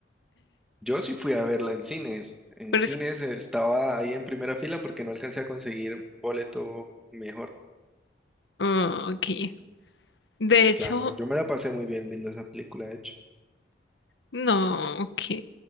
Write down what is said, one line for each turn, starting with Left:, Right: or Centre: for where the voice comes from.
Centre: Yo sí fui a verla en cines. En
Left: pero
Centre: cines
Left: es...
Centre: estaba ahí en primera fila porque no alcancé a conseguir boleto mejor.
Left: ah, ok. De hecho,
Centre: Claro, yo me la pasé muy bien viendo esa película, de hecho.
Left: no, ok.